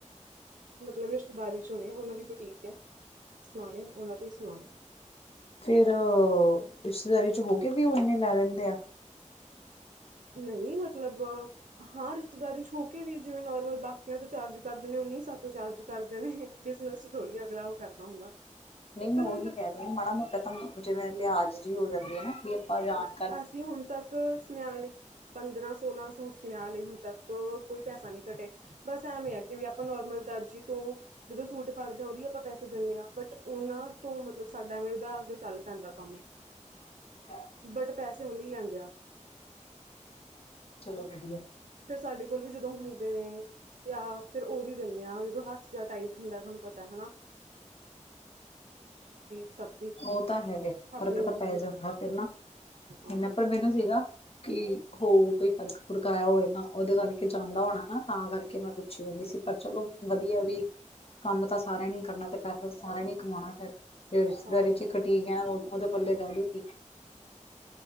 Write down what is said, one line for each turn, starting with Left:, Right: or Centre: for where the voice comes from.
Right: ਮਤਲਬ ਰਿਸ਼ਤੇਦਾਰੀ ਚੋਂ ਨੇ, ਉਹਨਾਂ ਦੀ ਬੁਟੀਕ ਹੈ। ਸਮਾਣੇ, ਉਹਨਾਂ ਤੋਂ ਹੀ ਸਮਾਣੇ
Left: ਫੇਰ, ਰਿਸ਼ਤੇਦਾਰੀ 'ਚ ਹੋ ਕੇ ਵੀ ਉਹ ਇਨੇ ਲੈ ਲੈਂਦੇ ਆ।
Right: ਨਹੀਂ ਮਤਲਬ ਹਾਂ ਰਿਸ਼ਤੇਦਾਰੀ 'ਚ ਹੋ ਕੇ ਵੀ, ਜਿਵੇਂ ਨੋਰਮਲ ਬਾਕੀਆਂ ਤੋਂ ਚਾਰਜ ਕਰਦੇ ਨੇ ਉਨੀ ਸਾਡੇ ਤੋਂ ਚਾਰਜ ਕਰਦੇ ਨੇ, ਬਿਜਨਸ 'ਚ ਥੋੜੀ ਜ ਅਗਲਾ ਉਹ ਕਰਦਾ ਹੁੰਦਾ।
Left: ਨਹੀਂ ਮੈਂ
Right: ਤੈਨੂੰ
Left: ਉਹੀ
Right: ਇਹ ਤਾਂ
Left: ਕਹਿਦੀਹੀ ਹਾਂ, ਮਾੜਾ ਮੋਟਾ ਤਾਂ ਜਿਵੇਂ ਲਿਹਾਜ਼ ਜਿਹੀ ਹੋ ਜਾਂਦੀ ਹੈ ਨਾ ਵੀ ਆਪਾਂ ਜਾਣ
Right: ਅਸੀਂ ਹੁਣ ਤੱਕ, ਸਮਿਆ ਲਏ ਪੰਦਰਾਂ ਸੋਲਾਂ ਸੂਟ ਸਮਿਆ ਲਏ ਹੁਣ ਤੱਕ ਕੋਈ ਪੈਸਾ ਨਹੀਂੀ ਘਟੇ, ਬਸ ਐਵੇ ਹੀ ਆ ਕਿ ਵੀ ਆਪਾਂ ਨੋਰਮਲ ਦਰਜੀ ਤੋਂ ਜਦੋਂ ਸੂਟ ਫੜਦੇ ਹਾਂ ਉਹਦੀ ਆਪਾਂ ਪੈਸੇ ਦਿੰਦੇ ਹਾਂ, ਬਟ ਉਹਨਾਂ ਤੋਂ ਮਤਲਬ ਸਾਡਾ ਐਵੇਂ ਉਧਾਰ ਤੇ ਚੱਲ ਪੈਂਦਾ ਕੰਮ।
Left: ਹਾਂ <unintelligible>
Right: ਬਟ ਪੈਸੇ ਉਨੀ ਲੈਂਦੇ ਆ।
Left: ਚਲੋ ਵਧੀਆ।
Right: ਫੇਰ ਸਾਡੇ ਕੋਲ ਵੀ ਜਦੋਂ ਹੁੰਦੇ ਨੇ, ਜਾਂ ਫੇਿਰ ਉਹਦੀ ਦਿੰਦੇ ਹਾਂ ਜਦੋਂ ਹ ਟਾਈਟ ਹੁੰਦਾ, ਤੁਹਾਨੂੰ ਪਤਾ ਹੈਨਾ ਸਭ ਦੀ
Left: ਉਹ ਤਾਂ ਹੈਗੇ,
Right: ਆਪਣੀ
Left: ਫ਼ਰਕ
Right: ਉਹ
Left: ਤਾਂ
Right: ਕਬੀਲ
Left: ਪੈ ਜਾਂਗਾ ਫਿਰ ਨਾ
Right: ਹਾਂ
Left: ਇਨਾ, ਪਰ ਮੈਨੂੰ ਸੀਗਾ ਕਿ ਹੋ ਕੋਈ ਫਰਕ- ਫੁਰਕ ਆਇਆ ਹੋਵੇ ਨਾ, ਉਹਦੇ ਕਰਕੇ ਜਾਂਦਾ ਹੋਣਾ ਨਾ ਤਾਂ ਕਰਕੇ ਮੈਂ ਅੱਛੀ ਜਾਂਦੀ ਸੀ, ਪਰ ਚਲੋ ਵਧੀਆ ਵੀ
Right: ਹ <unintelligible>
Left: ਕੰਮ ਤਾਂ ਸਾਰਿਆਂ ਨੇ ਕਰਨਾ ਤੇ ਪੈਸਾ ਸਾਰਿਆਂ ਨੇ ਕਮਾਉਣਾ ਫੇਿਰ, ਜੋ ਰਿਸ਼ਤੇਦਾਰੀ
Right: ਹਾਂ
Left: 'ਚ ਹੀ ਘਟੀ ਉਹਦੇ ਪੱਲੇ ਪੈ ਦੂਗੀ।